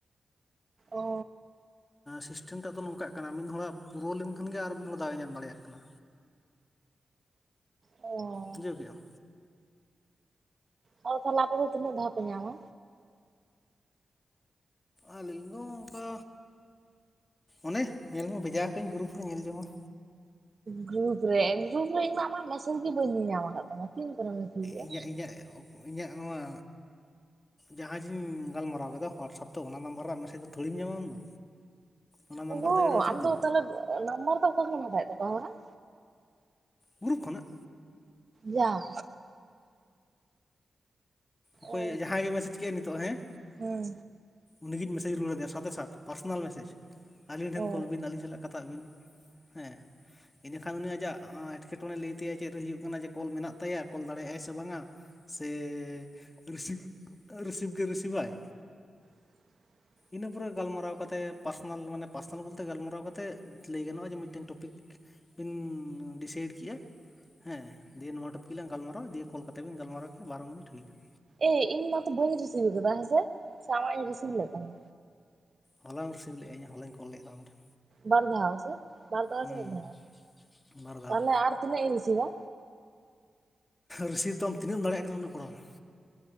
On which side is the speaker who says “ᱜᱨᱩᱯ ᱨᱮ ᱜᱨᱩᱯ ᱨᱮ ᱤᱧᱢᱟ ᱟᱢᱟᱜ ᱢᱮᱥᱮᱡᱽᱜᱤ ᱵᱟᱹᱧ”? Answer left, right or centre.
Right